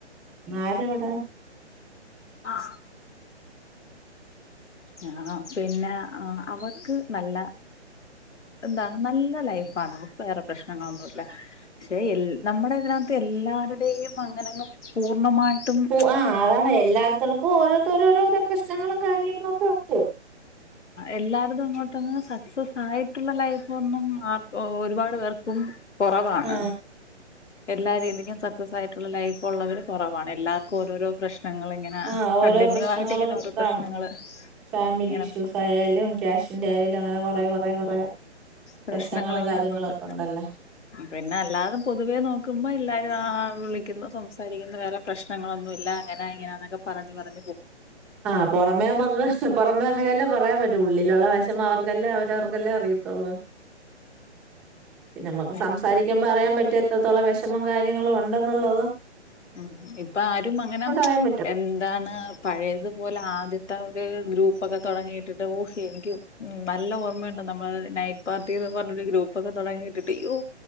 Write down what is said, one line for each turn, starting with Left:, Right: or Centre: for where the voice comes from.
Centre: ആര എവിടാ
Left: ആഹ ഉ ആ പിന്നെ അവൾക്ക് നല്ല എന്താണ് നല്ല ലൈഫണ വേറെ പ്രശ്നങ്ങളൊന്നുല്ല ഷെ എൽ നമ്മളെ ഇതിനാത്ത് എല്ലാരടെയും അങ്ങനങ്ങ് പൂർണ്ണമായിട്ടും
Centre: പൊ ആ അതാണെ എല്ലാത്തർക്കും ഓരോ ത്തോരോരോരോ പ്രശ്നങ്ങളും കാര്യങ്ങളുക്കെയുണ്ട്.
Left: എല്ലാരുതും ഇങ്ങോട്ടന്ന് സക്സസ് ആയിട്ടുള്ള ലൈഫൊന്നും ആർ ഒരുപാട് പേർക്കും കൊറവാണ്.
Centre: ആ
Left: എല്ലാ രീതിക്കും സക്സസ് ആയിട്ടൊള്ള ലൈഫ് ഒള്ളവര് കൊറവാണ് എല്ലാർക്കും ഓരോരോ പ്രശ്നങ്ങളിങ്ങന
Centre: ആ ഓരോ
Left: കണ്ടിന്യൂ
Centre: പ്രശ്നങ്ങള്
Left: ആയിട്ട് ഇങ്ങനെ ഓരോ പ്രശ്നങ്ങള്
Centre: കാണും ഫാമിലി
Left: ഇങ്ങനെ
Centre: ഇഷ്യൂസ് ആയാലും ക്യാഷിന്റെ ആയാലും അങ്ങനെ കൊറേ കൊറേ കൊറേ.
Left: പ്രശ്നങ്ങള്
Centre: പ്രശ്നങ്ങളും
Left: ഇങ്ങനെ
Centre: കാര്യങ്ങളൊക്കെണ്ടല്ലോ.
Left: ഉണ്ട്. പിന്നെ അല്ലാതെ പൊതുവേ നോക്കുമ്പ എല്ലാരു ആ ആ വിളി ക്കുന്നു സംസാരിക്കുന്നു വേറെ പ്രശ്നങ്ങളൊന്നുല്ല അങ്ങനാ ഇങ്ങനാന്നൊക്കെ പറഞ്ഞ് പറഞ്ഞ്
Centre: ആ പൊറമേ മ്മക്ക് പൊറമേ അങ്ങനല്ലേ പറയാൻ പറ്റു ഉള്ളിലൊള്ള വെഷമം അവർക്കല്ലേ അവരവർ അല്ലേ അറിയത്തൊള്ളൂ പിന്നമക്ക്
Left: ഉം
Centre: സംസാരിക്കുമ്പ അറിയാൻ പറ്റാ ഇത്രത്തോളം വെഷമം കാര്യങ്ങളും ഒണ്ടെന്നുള്ളതും
Left: ഉം ഇപ്പ ആരും അങ്ങന
Centre: അറിയാൻ
Left: എന്താണ് പ പഴേതുപോലാദ്യത്തെ ഒര് ഗ്രൂ പ്പൊക്കെ തൊടങ്ങിട്ടിട്ട് ഹോ എനിക്ക് നല്ലഓർമ്മയൊണ്ട് നമ്മള് നൈറ്റ് പാർട്ടിന്ന് പറഞ്ഞൊരു ഗ്രൂപ്പൊക്കെ തൊ തൊടങ്ങിട്ടിട്ട് യ്യോ